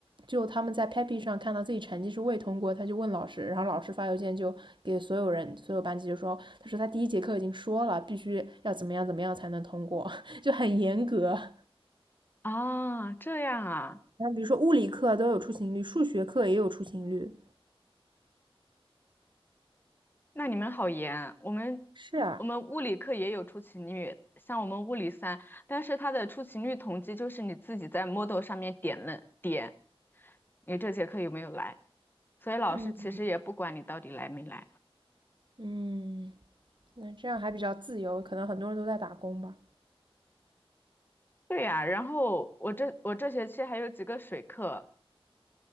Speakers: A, on the right; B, on the left.
A: 就他们在 Pepi 上看到自己成绩是未通过，他就问老师，然后老师发邮件就给所有人所有班级就说，他说他第一节课已经说了，必须要怎么样怎么样才能通过，<laughs> 就很严格。<laughs>
B: 啊，这样啊，
A: 然后比如说物理课都有出勤率，数学课也有出勤率。
B: 那你们好严。我们我们物理课也有出勤率，
A: 是啊，
B: 像我们物理三，但是它的出勤率统计就是你自己在 Moodle 上面点了点，你这节课有没有来？所以老师其实也不管你到底来没来。
A: 嗯嗯，那这样还比较自由，可能很多人都在打工吧。
B: 对呀，然后我这我这学期还有几个水课，